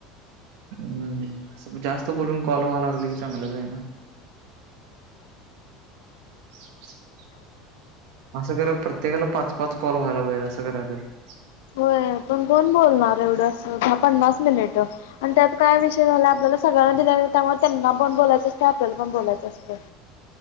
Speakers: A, on the right; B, on the left.
A: हुं जास्त बोलून कॉल व्हा लागल की चांगलंच आहे ना. <unintelligible> असं करा प्रत्येकाला पाच पाच कॉल व्हायला पाहिजेल असं करायला पाहिजेल.
B: होय पण कोण बोलणार? एवढ अस पन्नास मिनिट आणि त्यात काय विषय झाला आपल्याला सगळ्यांना दिल्यालीत त्यामुळे त्यांना पण बोलायचं असतय आपल्याला पण बोलायचं असतंय.